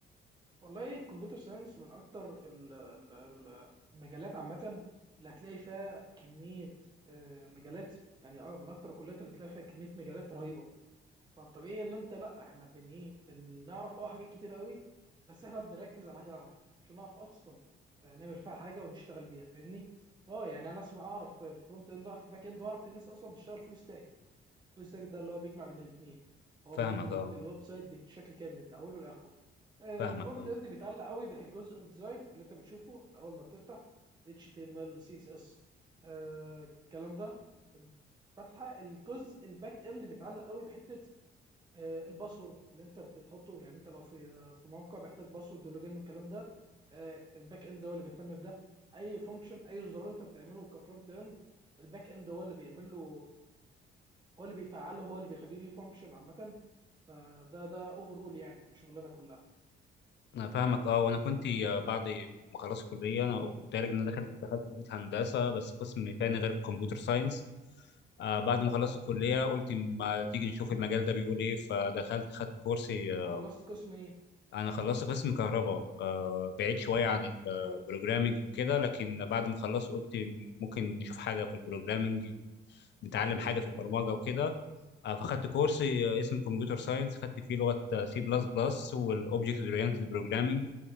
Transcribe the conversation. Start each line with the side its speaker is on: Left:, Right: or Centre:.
Right: والله الكمبيوتر ساينس من اكتر ال- ال- ال- المجالات عامه اللي هتلاقي فيها كميه آه، مجالات يعني اه من اكتر الكليات اللي هتلاقي فيها كميه مجالات رهيبه فالطبيعي اللي انت لا احنا بن ايه بنعرف اه حاجات كتير قوي بس احنا بنركز على حاجه واحده عشان نعرف اصلا آه، نعمل فيها حاجه ونشتغل بيها فاهمني اه يعني انا اسمع اعرف الفرونت اند اعرف الباك اند واعرف في ناس اصلا بتشتغل فول ستاك فول ستاك ده اللي هو بيجمع بين الاثنين هو
Left: فاهمك
Right: بيقوم بالو-
Left: اه
Right: بالويب سايت بشكل كامل من اوله لاخره آه،
Left: فاهمك
Right: الفرونت
Left: اه
Right: اند بيتعلق قوي بجزء الديزاين اللي انت بتشوفه اول ما بتفتح HTML CSS آه، الكلام ده فاتحه الجزء الباك اند بيتعلق قوي بحته آه، الباسورد اللي انت بتحطه يعني انت لو في في موقع بيحتاج باسورد ولوجين والكلام ده آه، الباك اند هو اللي بيهتم بده اي فانكشن اي زرار انت بتعمله كفرونت اند الباك اند هو اللي بيعمل له هو اللي بيفعله هو اللي بيخليه ليه فانكشن عامه فده ده اوفر اول يعني الشغلانه كلها
Left: انا فاهمك اه وانا كنت آه، بعد ما خلصت الكليه انا قلت لك ان انا دخلت دخلت كليه هندسه بس قسم تاني غير الكمبيوتر ساينس آه بعد ما خلصت الكليه قلت ما تيجي نشوف المجال ده بيقول ايه فدخلت خدت كورس آه،
Right: خلصت قسم ايه
Left: انا خلصت قسم كهرباء آه بعيد شويه عن البروجرامينج
Right: حلو
Left: وكده لكن بعد ما خلصت قلت ممكن نشوف حاجه في البروجرامينج نتعلم حاجه في البرمجه وكده آه، فخدت كورس آه، اسمه كمبيوتر ساينس خدت فيه لغه سي بلس بلس والاوبجكت اورينتد بروجرامينج